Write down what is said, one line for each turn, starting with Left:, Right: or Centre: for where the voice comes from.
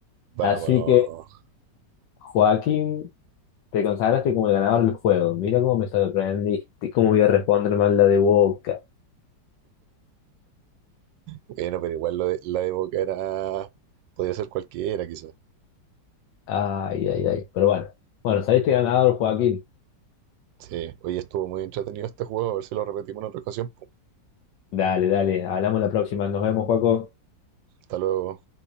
Right: Vamos.
Left: Así que, Joaquín, te consagraste como el ganador del juego. Mira cómo me sorprendiste. Cómo voy a responder mal la de Boca.
Right: Bueno, pero igual lo de, la de Boca era... Podría ser cualquiera, quizás.
Left: Ay, ay, ay. Pero bueno. Bueno, saliste ganador, Joaquín.
Right: Sí, hoy estuvo muy entretenido este juego. A ver si lo repetimos en otra ocasión. po.
Left: Dale, dale. Hablamos la próxima. Nos vemos, Joaco.
Right: Hasta luego.